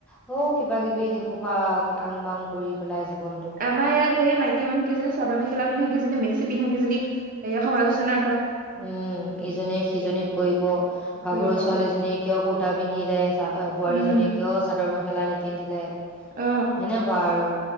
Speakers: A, in the centre; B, on the right.
A: হ কিবা কিবি সেশুপা আং বাং কৰি পেলাই জীৱন,
B: আমাৰ ইয়াত ধেই মাইকী। কি মান কিজনী চাদৰ মেখেলা পিন্ধা কেইজনী মিক্সি পিন্ধািজনীক সমালোচনা কৰে।
A: উম ইজনে সিজনিক কৰিব। গাভৰু
B: কৰিব
A: ছোৱালীজনীয়ে কিয় কুৰ্তা পিন্ধিলে চ বোৱাৰীজনীয়ে
B: উম
A: কিয় চাদৰ মেখেলা, মেখেলা নিপিন্ধিলে
B: অ
A: সেনেকুৱা আৰু।